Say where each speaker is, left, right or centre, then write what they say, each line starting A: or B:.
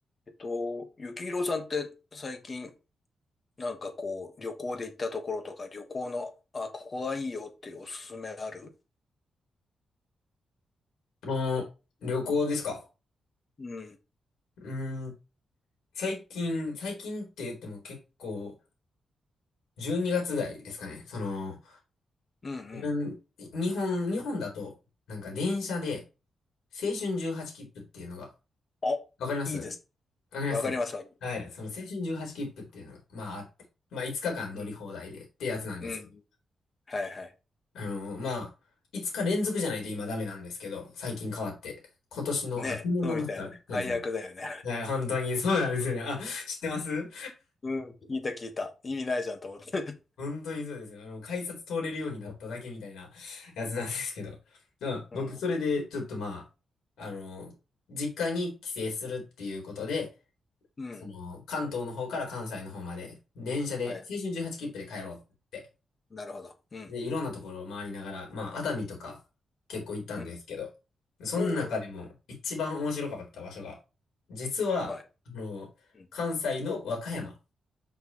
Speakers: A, on the left; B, on the left.
A: えっと、ゆきひろさんって最近なんかこう旅行で行ったところとか旅行の、あ、ここがいいよっていうおすすめある
B: もう、旅行ですか
A: うん。
B: うーん、最近、最近って言っても結構、12月台ですかね。その、
A: うんうん。
B: うん日本、日本だと、なんか電車で、青春18切符っていうのが、
A: あ、
B: わかりますわ
A: いいです。
B: かります
A: わかりますはい。
B: はい、その青春18切符っていうのが、まああって、まあ5日間乗り放題でってやつなんですけど、
A: うん。うん。はいはい。
B: あの、まあ、5日連続じゃないと今ダメなんですけど、最近変わって、今年の、
A: ねえ、
B: あ、去年の夏から、
A: そうみたいなね。
B: そうですね。
A: 解約だよね。
B: はい、本当にそうなんですよね。あ、知ってます
A: うん。聞いた聞いた。意味ないじゃんと思って。
B: 本当にそうですよ。あの、改札通れるようになっただけみたいなやつなんですけど。うん、
A: うん。
B: 僕、それで、ちょっとまあ、あの、実家に帰省するっていうことで、
A: うん。
B: その、関東の方から関西の方まで、電車で、
A: はい。
B: 青春18切符で帰ろうって言って。
A: なるほど。うん。
B: で、いろんなところを回りながら、まあ、熱海とか結構行ったんですけど、
A: うん。
B: その中でも一番面白かった場所が、
A: おー。
B: 実は、
A: はい。
B: あの、
A: うん。
B: 関西の和歌山。